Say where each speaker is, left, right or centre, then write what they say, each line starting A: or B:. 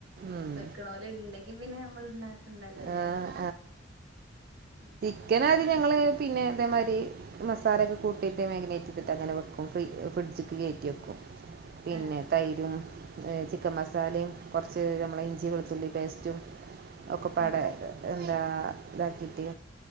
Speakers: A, on the right; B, on the right.
A: ഉം.
B: വെക്കണ ഓല് ഉണ്ടെങ്കി പിന്നെ നമ്മൾ ഇണ്ടാ ക്കണ്ടല്ലോ അല്ലേ
A: ആഹ്
B: ഉം
A: ചിക്കന് ആദ്യം ഞങ്ങള് പിന്നെ ഇതേമാരി മസാലയൊക്കെ കൂട്ടിയിട്ട് മാഗിനേറ്റ് ചെയ്തിട്ട് അങ്ങനെ വെക്കും ഫ്രി ഫ്രിഡ്ജിക്ക് കേറ്റി വെക്കും. പിന്നെ
B: ആഹ്
A: തൈരും ചിക്കൻ മസാലയും കുറച്ച് നമ്മളെ ഇഞ്ചി വെളുത്തുള്ളി പേസ്റ്റും ഒക്കെ പാടെ
B: ആഹ്
A: എന്താ ഇതാക്കിയിട്ട്